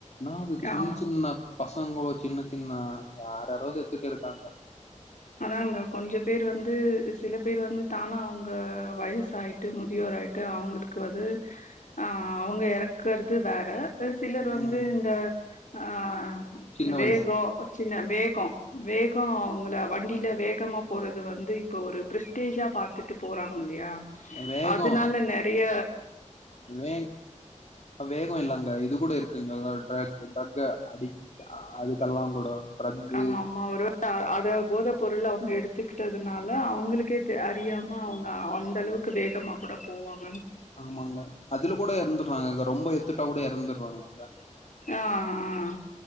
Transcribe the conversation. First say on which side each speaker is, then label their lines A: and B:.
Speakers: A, on the left (about 60°); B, on the left (about 80°).
A: நா அது
B: ஆ
A: சின்ன சின்ன பச அங்க சின்ன சின்ன யார யாரோ செத்துட்டு இருக்காங்க
B: அதாங்க கொஞ்ச பேர் வந்து சில பேர் வந்து தானா அவங்க வயச ஆயிட்டு முதியோர ஆயிட்டு அவங்களுக்கு வந்து ஆஹ் அவங்க இறக்கறது வேற சிலர்
A: ம்
B: வந்து இந்த ஆஹ்
A: சின்ன
B: வேகோ
A: வயசு
B: சின்ன வேகோ வே கும் வேகம் அவங்கள வண்டியில வேகமா போறது வந்து இப்ப ஒரு பிரஸ்டேஜா பாத்துட்டு போறாங்க இல்லையா
A: வேகோ
B: அதனால நிறைய
A: வே வேகம் இல்லாங்க இது கூட இருக்குங்க டிரக் டிரக்கு அடிட் அதுக்கெல்லாம் கூட ட்ரக்கு
B: ஆமா ஆமா ஒரு அத போதை பொருள் அவங்க எடுத்துக்கிட்டதுனால அவங்களுக்கே அறியாம அவங்க அந்தளவுக்கு வேகமாக கூட போவாங்க
A: ஆமாங்க அதுல கூட இறந்துறாங்க அங்க ரொம்ப எத்துட்டா கூட இறந்துடு வாங்க
B: ஆஹ்